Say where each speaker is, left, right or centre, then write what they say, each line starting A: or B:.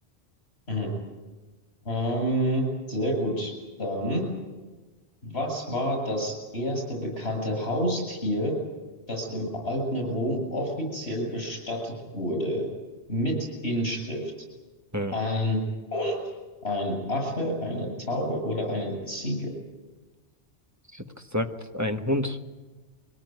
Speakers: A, on the left; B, on the right.
A: mhm. Ähm, sehr gut. Dann. Was war das erste bekannte Haustier, das im alten Rom offiziell bestattet wurde? Mit Inschrift.
B: Hm.
A: Ein Hund, ein Affe, eine Taube oder eine Ziege?
B: Ich hätte gesagt, ein Hund.